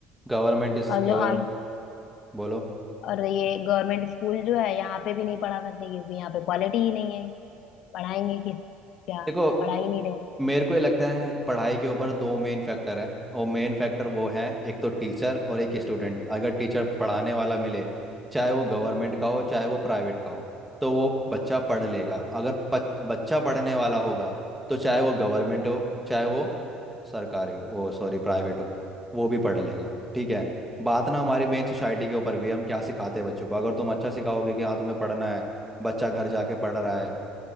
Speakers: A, in the centre; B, on the left (about 55°).
A: गवर्नमेंट इस
B: और
A: गवर्नमेंट
B: जो अम,
A: बोलो
B: और ये गवर्नमेंट स्कूल जो है यहाँ पे भी नहीं पढ़ा सकते क्योंकि यहाँ पे क्वालिटी ही नहीं है पढ़ाएंगे किस क्या
A: देखो
B: पढ़ा ही नहीं रहे हैं
A: मेरे को ये लगता है पढ़ाई के ऊपर दो मेन फैक्टर है और मेन फैक्टर वो है एक तो टीचर और एक स्टूडेंट अगर टीचर पढ़ाने वाला मिले चाहे वो गवर्नमेंट का हो चाहे वो प्राइवेट का हो तो वो बच्चा पढ़ लेगा अगर प, बच्चा पढ़ने वाला होगा तो चाहे वो गवर्नमेंट हो चाहे वो सरकारी वो सॉरी प्राइवेट हो वो भी पढ़ लेगा ठीक है बात ना हमारी मेन सोसाइटी के ऊपर भी है, हम क्या सिखाते हैं बच्चों को अगर तुम अच्छा सिखाओगे कि हाँ तुम्हें पढ़ना है बच्चा घर जाके पढ़ रहा है